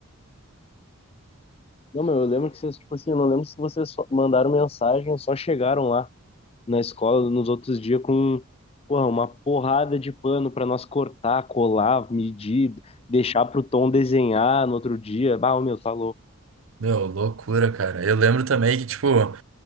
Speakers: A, on the left (about 25°); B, on the right (about 60°).
A: Não, meu, eu lembro que vocês, tipo assim, eu não lembro se vocês só mandaram mensagem ou só chegaram lá. na escola nos outros dias com porra, uma porrada de pano para nós cortar, colar, medir, deixar pro Tom desenhar no outro dia. Bah, ô, meu, tá louco.
B: Meu, loucura, cara. Eu lembro também que, tipo.